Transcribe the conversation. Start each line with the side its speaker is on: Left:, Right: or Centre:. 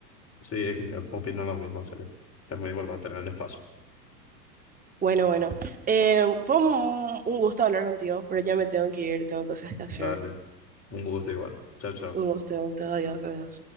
Left: Sí, eh, opino lo mismo, en serio. Es muy importante tener el espacio.
Right: Bueno, bueno, eh, fue un, un gusto hablar contigo, pero ya me tengo que ir, tengo cosas que hacer.
Left: Dale. Un gusto igual. Chao, chao.
Right: Un gusto, un gusto, adiós, adiós.